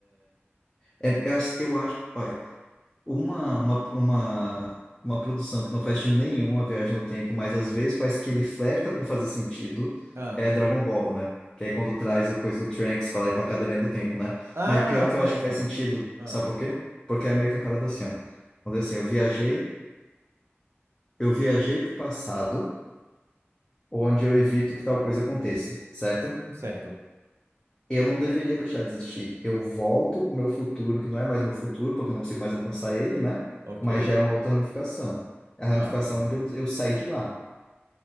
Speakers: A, on the left; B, on the right.
A: é- eu, acho- eu acho. ó, Uma, uma, uma, uma produção que não faz sentido nenhum a viagem no tempo, mas às vezes parece que ele flerta com fazer sentido,
B: Ah,
A: é Dragon Ball, né? Que é quando traz o coisa do Trunks pra lá e pra cadeirinha do tempo, né?
B: ah,
A: Mas pior que
B: certo.
A: eu acho que faz sentido,
B: Ah,
A: sabe por quê? Porque é meio que a parada assim, ó. Quando é assim, eu viajei, eu viajei pro passado, onde eu evito que tal coisa aconteça, certo?
B: certo.
A: Eu não deveria deixar de existir. Eu volto pro meu futuro, que não é mais meu futuro, porque eu não consigo mais alcançar ele, né?
B: Ok.
A: Mas já é uma outra ramificação. É a ramificação
B: Ah,
A: onde eu, eu saí de lá